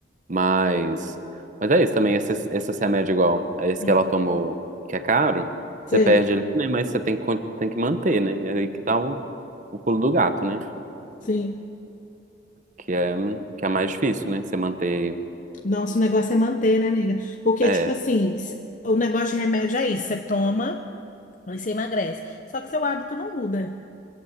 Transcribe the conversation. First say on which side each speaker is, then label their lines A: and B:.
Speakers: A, on the right; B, on the left.
A: Mas, mas é isso também, esse, esse remédio igual, é esse
B: hum,
A: que ela tomou, que é caro,
B: Sei.
A: você perde ele, né? Mas você tem que, con- tem que manter, né? É aí que tá o, o pulo do gato, né?
B: Sim.
A: Que é, que é mais difícil, né? Você manter.
B: Nossa, o negócio é manter, né, nega? Porque,
A: É.
B: tipo assim, se- o negócio de remédio é isso, você toma, aí você emagrece. Só que seu hábito não muda,